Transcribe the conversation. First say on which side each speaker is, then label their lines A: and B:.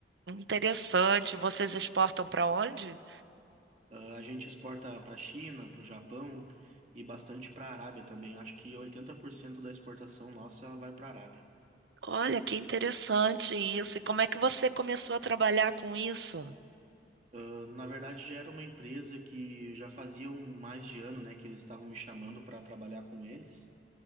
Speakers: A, on the right; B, on the right.
A: Interessante, vocês exportam para onde?
B: Ah, a gente exporta para a China, para o Japão e bastante para a Arábia também. Acho que 80% da exportação nossa vai para a Arábia.
A: Olha, que interessante isso. E como é que você começou a trabalhar com isso?
B: Ah, na verdade, já era uma empresa que já fazia um mais de ano, né, que eles estavam me chamando para trabalhar com eles.